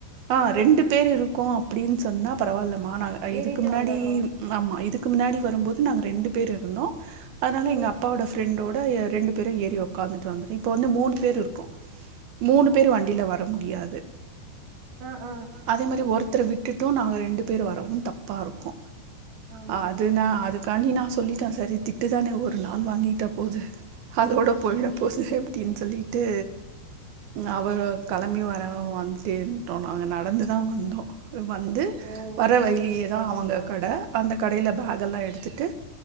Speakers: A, on the right; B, on the right.
A: ஆஹ்
B: ஆ.
A: ரெண்டு பேர் இருக்கோம் அப்டின்னு சொன்னா பரவால்ல மா நாங்க
B: ஏறிட்டு
A: இதுக்கு முன்னாடி
B: வந்தர்லா
A: ஆமா இது இதுக்கு முன்னாடி வரும்போது நாங்க ரெண்டு பேர் இருந்தோம் அதனால
B: ம்
A: எங்க அப்போட ஃப்ரண்ட் டோட ரெண்டு பேரும் ஏறி உக்காந்துட்டு வந்தோ இப்ப வந்து மூனு பேர் இருக்கோ மூணு
B: ஓ
A: பேரு வண்டில வர முடியா
B: ஆ ஆ
A: அதே மாரி ஒரு த்தர விட்டுட்டோ நாங்க ரெண்டு பேரு வரவோ தப்பா இருக்கு
B: ஆமாங்மா
A: அதுனா அதுக்காண்டி நா சொல்லிடே செரி திட்டுதானே ஒரு நாள் வாங்கிட்டா போது அதோட போய்டபோது எப்டின்னு சொல்லி ட்டு அவரு களம்பி வரவோ வந்துட்டே இருன்டோ நாங்க நடந்துதா வந்தோ வந்து
B: ஓ
A: வர வழிலியே
B: சேரி சேரிங்மா
A: தா அவங்க கட அந்த கடைல பாகெல்லா எடுத்துட்டு